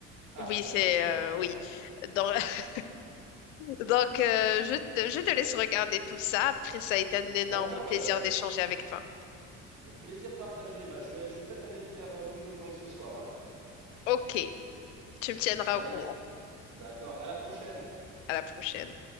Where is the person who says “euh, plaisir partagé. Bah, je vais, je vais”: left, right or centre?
Right